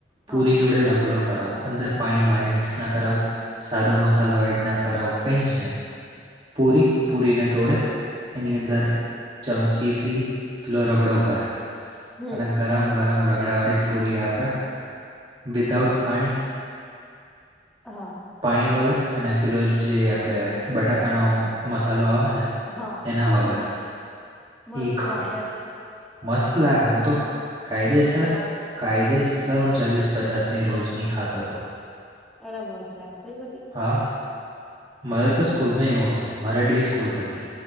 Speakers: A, in the centre; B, on the right.
A: હા
B: પૂરી જોડે રગડો કરાવો અંદર પાણી બાણી મિક્સ ના કરાવું સાદો મસાલો એડ ના કરાવો કઈ જ નહી પૂરી પૂરીને તોડે એની અંદર દર ચમચીથી પેલો રગડો ભરે
A: હમ
B: અને ગરમ ગરમ રગડાવાળડી પૂરી આપે વિધાઉટ પાણી
A: હા
B: પાણી વગર અને પેલો જે આપણે બટાકાનો મસાલો આવે ને
A: હા
B: એના વગર.
A: મસ્ત
B: એ
A: તું
B: ખાઉં
A: <unintelligible>
B: મસ્ત લાગે હું તો કહી દે સર
A: એ બા
B: કાયદેસ હું ચાલીસ પચાસની રોજની ખાતો હતો.
A: અરે બાપ રે આટલી બધી.
B: હા મારે તો સ્કૂલમાં એવું હતું મારે ડે સ્કૂલ હતી